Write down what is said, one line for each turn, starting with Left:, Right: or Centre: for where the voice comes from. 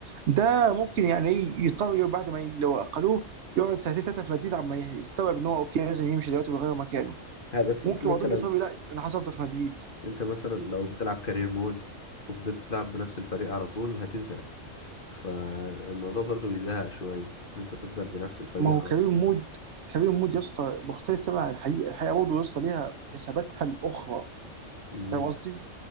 Right: ده ممكن يعني ايه يضطر يقعد بعد ما ي- لو اقلوه يقعد ساعتين ثلاثه في مدريد عما يستوعب ان هو اوكي لازم يمشي دلوقتي ويغير مكانه
Left: ها بس
Right: ممكن
Left: انت مثلا
Right: بعضهم يضطر لا انا حصلت في مدريد
Left: انت مثلا لو بتلعب كارير مود وفضلت تلعب بنفس الفريق على طول هتزهق فالموضوع برضو بيزهق شوية ان انت تفضل بنفس الفريق
Right: ما هو
Left: على
Right: كارير
Left: طول
Right: مود
Left: على
Right: كارير مود يا اسطى مختلف تماما عن الحقيقه الحقيقه برضه يا اسطى ليها حساباتها الاخرى
Left: طول.
Right: فاهم قصدي؟